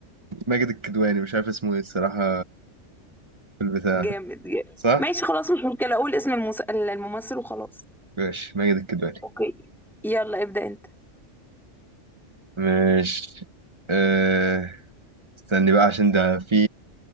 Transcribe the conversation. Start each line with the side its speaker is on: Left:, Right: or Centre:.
Right: ماجد الكدواني مش عارف اسمه ايه الصراحه في البتاع
Centre: جامد جامد
Right: صح
Centre: ماشي خلاص مش مشكلة اقول اسم المس... الممثل وخلاص
Right: ماشي ماجد الكدواني
Centre: اوكي يلا ابدأ انت
Right: ماشي آه... استني بقى عشان ده في